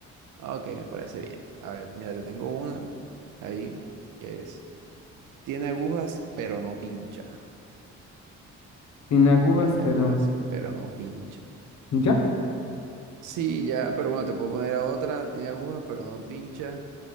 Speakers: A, on the right; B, on the left.
A: Ok, me parece bien. A ver, mira, te tengo una ahí que es, tiene agujas, pero no pincha.
B: Sin agujas,
A: Tiene
B: pero...
A: agujas, pero no pincha.
B: ¿Ya?
A: Sí, ya, pero bueno, te puedo poner a otra. Tiene agujas, pero no pincha.